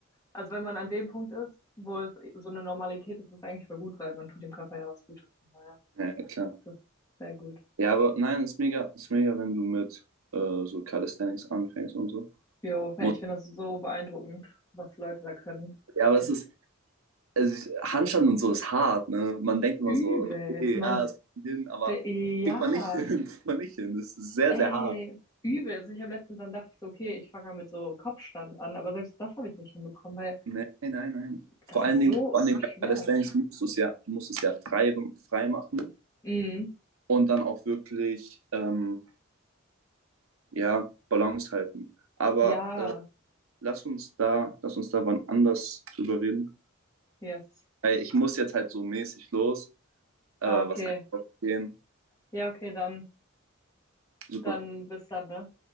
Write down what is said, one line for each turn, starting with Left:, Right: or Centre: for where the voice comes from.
Left: Also wenn man an dem Punkt ist, wo es so eine Normalität ist, ist es eigentlich voll gut, weil man tut dem Körper ja was Gutes. Von daher,
Right: Ja, klar.
Left: das ist sehr gut.
Right: Ja, aber nein, ist mega, ist mega, wenn du mit äh, so Calisthenics anfängst und so.
Left: Jo, ich
Right: Muss-
Left: finde das so beeindruckend, was Leute da können. Das
Right: Ja,
Left: ist
Right: aber es
Left: echt
Right: ist also Handstand und so ist hart, ne? Man denkt immer
Left: übelst.
Right: so, okay,
Left: Man,
Right: ja, es kommt hin, aber
Left: der- ja,
Right: kriegt man nicht hin, <laughs> kriegt man nicht hin. Das ist sehr,
Left: ey,
Right: sehr hart.
Left: übelst. Also Ich habe letztens dann dachte ich so, okay, ich fange mal mit so Kopfstand an, aber selbst das habe ich nicht hinbekommen, weil
Right: Nein, nein, nein.
Left: das
Right: Vor allen
Left: ist
Right: Dingen,
Left: so
Right: vor allen Dingen
Left: schwer.
Right: bei Calisthenics musst du es ja, du musst es ja frei, frei machen
Left: Mm,
Right: und dann auch wirklich, ähm, ja, Balance halten. Aber
Left: ja,
Right: lass uns da, lass uns da wann anders drüber reden.
Left: yes.
Right: Ey, Ich muss jetzt halt so mäßig los, äh,
Left: Ah,
Right: was
Left: okay.
Right: einkaufen gehen.
Left: Ja, okay, dann,
Right: Super.
Left: dann bis dann, ne?